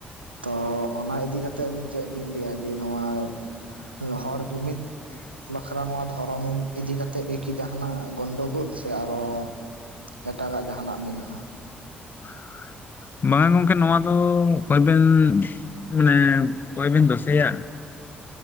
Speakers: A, on the right; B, on the left.
A: ᱛᱚ ᱚᱱᱟ ᱤᱫᱤ ᱠᱟᱛᱮᱜ ᱟᱹᱵᱤᱱ ᱪᱮᱫ ᱵᱤᱱ ᱞᱟᱹᱭᱟ? ᱡᱮ ᱱᱚᱣᱟ- ᱦᱚᱲ ᱡᱩᱢᱤᱫ ᱵᱟᱠᱷᱨᱟ ᱱᱚᱣᱟ ᱫᱷᱚᱨᱚᱢ ᱤᱫᱤ ᱠᱟᱛᱮᱫ ᱜᱮᱠᱤ ᱡᱟᱦᱟᱱᱟᱜ ᱜᱚᱱᱰᱜᱳᱞ ᱥᱮ ᱟᱨᱚ ᱮᱴᱟᱜᱟᱜ ᱡᱟᱦᱟᱱᱟᱜ ᱢᱮᱱᱟᱜᱼᱟ᱾
B: <unintelligible> ᱵᱟᱝᱟ ᱜᱚᱢᱠᱮ ᱱᱚᱣᱟ ᱫᱚ ᱚᱠᱚᱭ ᱵᱮᱱ ᱢᱟᱱᱮ ᱚᱠᱚᱭ ᱵᱤᱱ ᱫᱚᱥᱮᱭᱟ᱾